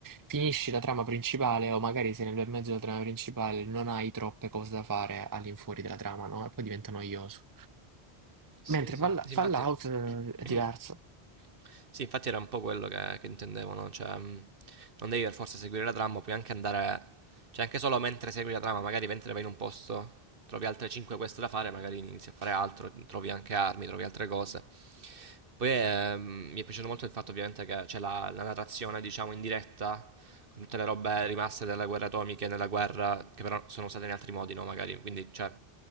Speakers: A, on the right (about 20°); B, on the right (about 60°).
A: finisci la trama principale o magari sei nel bel mezzo della trama principale, non hai troppe cose da fare all'infuori della trama, no? E poi diventa noioso.
B: Sì,
A: Mentre
B: sì,
A: Fall-
B: sì,
A: Fallout
B: infatti...
A: eh, è
B: <clears throat>
A: diverso.
B: Sì, infatti era un po' quello che, che intendevo, no? Cioè, mh, non devi per forza seguire la trama, puoi anche andare, cioè anche solo mentre segui la trama, magari mentre vai in un posto, trovi altre 5 quest da fare, magari inizi a fare altro, trovi anche armi, trovi altre cose. Poi ehm, mi è piaciuto molto il fatto ovviamente che c'è la, la narrazione, diciamo, in diretta, con tutte le robe rimaste delle guerre atomiche, nella guerra, che però sono usate in altri modi, no? Magari, quindi, cioè,